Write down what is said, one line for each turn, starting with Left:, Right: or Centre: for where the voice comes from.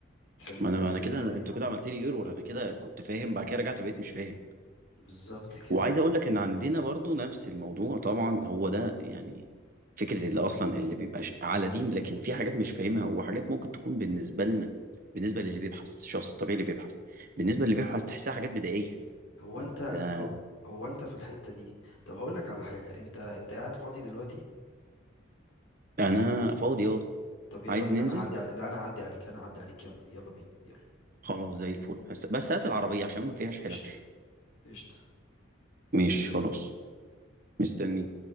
Left: خليك
Right: ما
Left: انت
Right: أنا ما
Left: تتساءل
Right: أنا كده أنتوا
Left: يعني
Right: كده عملت لي إيرور أنا كده كنت فاهم بعد كده رجعت بقيت مش فاهم
Left: بالظبط كده
Right: وعايز اقول لك ان عندنا برضو نفس الموضوع طبعا هو ده يعني فكرة اللي اصلا اللي بيبقى ش- على دين لكن في حاجات مش فاهمها وحاجات ممكن تكون بالنسبة لنا بالنسبة للي بيبحث الشخص الطبيعي اللي بيبحث بالنسبة للي بيبحث تحسها حاجات بدائية
Left: هو انت
Right: ده
Left: هو, هو انت في الحتة دي طب هقول لك على حاجة انت انت قاعد فاضي دلوقتي
Right: انا فاضي اه
Left: طب يلا
Right: عايز
Left: بينا
Right: ننزل
Left: انا هعدي علي... لا انا هعدي عليك انا هعدي عليك يلا يلا بينا يلا
Right: خلاص زي الفل بس بس هات العربية عشان ما فيهاش
Left: قشطة
Right: حلبش
Left: قشطة
Right: ماشي
Left: يلا
Right: خلاص
Left: بينا
Right: مستني